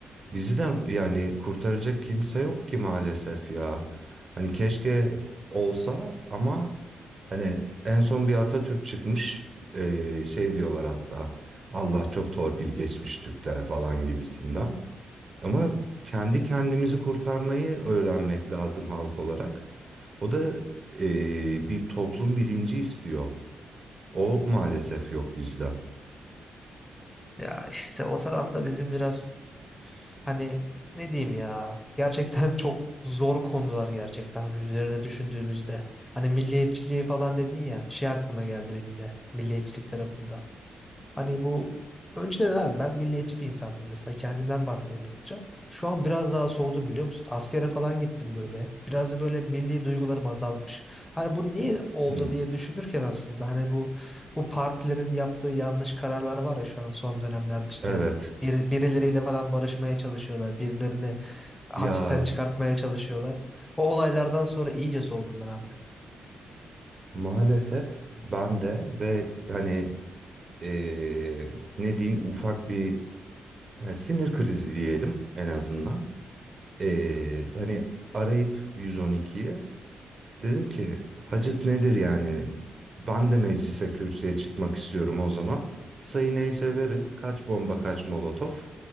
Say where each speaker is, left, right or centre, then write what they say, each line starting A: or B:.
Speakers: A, on the right; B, on the left.
A: Bizi de yani kurtaracak kimse yok ki maalesef ya. Hani keşke olsa ama hani en son bir Atatürk çıkmış eee, şey diyorlar hatta Allah çok torpil geçmiş Türklere falan gibisinden. Ama kendi kendimizi kurtarmayı öğrenmek lazım halk olarak. O da eee, bir toplum bilinci istiyor. O maalesef yok bizde.
B: Ya işte o tarafta bizim biraz hani ne diyeyim ya gerçekten <laughs> çok zor konular gerçekten hani üzerine düşündüğümüzde. Hani milliyetçiliği falan dedin ya şey aklıma geldi benim de milliyetçilik tarafında. Hani bu önceden abi ben milliyetçi bir insandım mesela kendimden bahsedeyim hızlıca. Şu an biraz daha soğudum biliyor musun? Askere falan gittim böyle. Biraz da böyle milli duygularım azalmış. Hani bu niye oldu
A: Hmm.
B: diye düşünürken aslında hani bu bu partilerin yaptığı yanlış kararlar var ya şu an son dönemlerde işte
A: Evet.
B: bir, birileriyle falan barışmaya çalışıyorlar. Birilerini hapisten
A: Ya
B: çıkartmaya çalışıyorlar. O olaylardan sonra iyice soğudum ben artık.
A: maalesef ben de ve hani eee, ne diyeyim ufak bir yani sinir krizi diyelim en azından. Eee, hani arayıp 112'yi dedim ki Hacet nedir yani? Ben de meclise kürsüye çıkmak istiyorum o zaman. Sayı neyse verin. Kaç bomba kaç molotof.